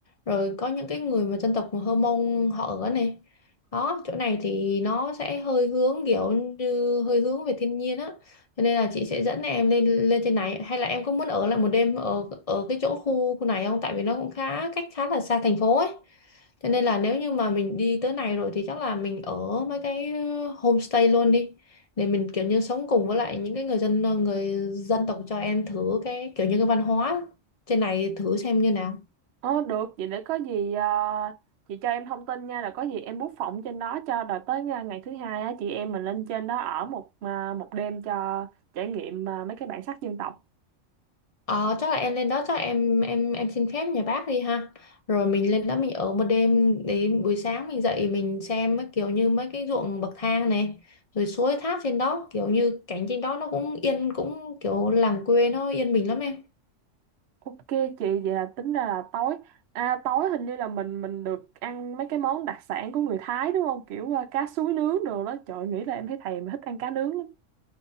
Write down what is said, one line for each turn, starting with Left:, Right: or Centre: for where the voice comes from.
Left: Rồi có những cái người mà dân tộc Hơ Mông họ ở này. Đó, chỗ này thì nó sẽ hơi hướng kiểu như hơi hướng về thiên nhiên á. Cho nên là chị sẽ dẫn em lên lên trên này hay là em có muốn ở lại một đêm ở ở cái chỗ khu khu này không? Tại vì nó cũng khá cách khá là xa thành phố ấy. Thế nên là nếu như mà mình đi tới này rồi thì chắc là mình ở mấy cái ờ, homestay luôn đi để mình kiểu như sống cùng với lại những cái người dân ờ, người dân tộc cho em thử cái kiểu như cái văn hóa trên này thử xem như nào.
Right: Ờ được, vậy để có gì ờ, chị cho em thông tin nha, là có gì em book phòng trên đó cho rồi tới nga- ngày thứ hai á, chị em mình lên trên đó ở một à, một đêm cho trải nghiệm à, mấy cái bản sắc dân tộc.
Left: Ờ chắc là em lên đó chắc là em em em xin phép nhà bác đi ha. Rồi mình lên đó mình ở một đêm đến buổi sáng mình dậy mình xem mấy kiểu như mấy cái ruộng bậc thang này rồi suối thác trên đó kiểu như cảnh trên đó nó cũng yên cũng kiểu làng quê nó yên bình lắm em.
Right: Ok chị, vậy là tính ra là tối à, tối hình như là mình mình được ăn mấy cái món đặc sản của người Thái đúng không? Kiểu à, cá suối nướng đồ đó. Trời nghĩ là em thấy thèm thích ăn cá nướng lắm.